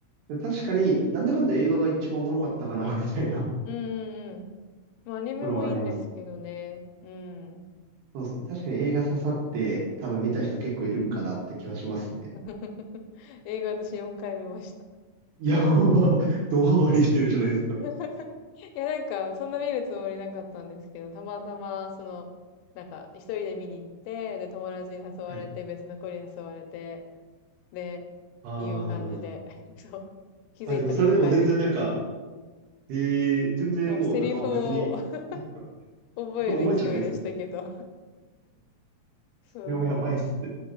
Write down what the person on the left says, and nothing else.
うんうんうん。まあ、アニメもいいんですけどね。
うん。
<laughs> 映画私4回見ました。
<laughs> いや、なんか、そんな見るつもりなかったんですけど、たまたま、その、なんか、一人で見に行って、で、友達に誘われて、
別の子に誘われて、で、
いう感じで、
<laughs> そう。気づいたら4回見てたみたいな。
もうセリフを <laughs>
覚える勢いでしたけど。
<laughs>
そうそう。